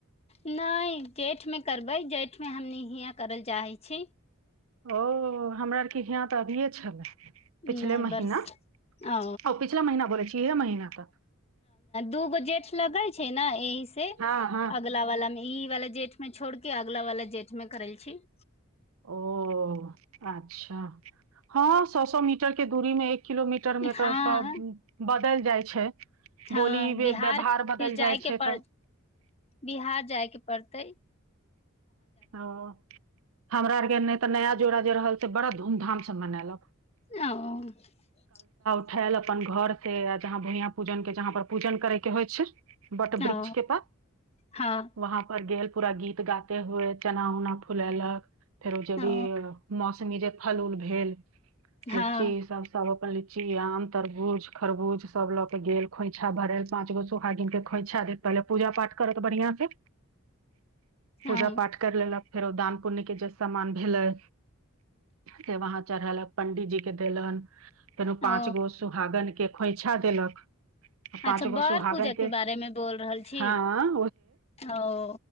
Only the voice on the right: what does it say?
ओ हमरा आरके हियां तऽ अभिये छलै पिछल
महिना
आ
पिछला महिना बोलै छैय केय महीना तक
हँ हँ
ओ अच्छा। अा हँ। सो सौ मीटर के दूरी मे एक। किलोमीटर मे तऽ
सब। देल जाइ छै।
बोली वे-
व्यवहार बदलि
जाइ छै
तऽ
ओ हमरा आरके नहि। तऽ नया जोड़ा जे रहल से बड़ा धूमधाम से मनेलक।
उठल अपन घर से जहाँ भुया पूजन के जहाँ पर पूजन करे के होइ छै। बट बृक्ष
के पास
वहाँ पर ग। पूरा गीत गाते हए। चना उना फुलेलक। फेर जे
भी मौस। ीर फल उल भेल।
लीची सब। अपन लीची आम तरबूज खरबूज सब ल के गेल खोइछा भरेल पाँच गो सोहा गिनके खोइछा देत पहिले पूजा पाठ करत बढ़िआं से। पूजा
पाठ। क फेरो दान पु्य के जे सामान भेले से वहां चढ़ेलक पंडी जी के देलन। तेनू पाँच
गो सुहागन के। खोइछा देलक। पांच
गो
सुहागन
हँ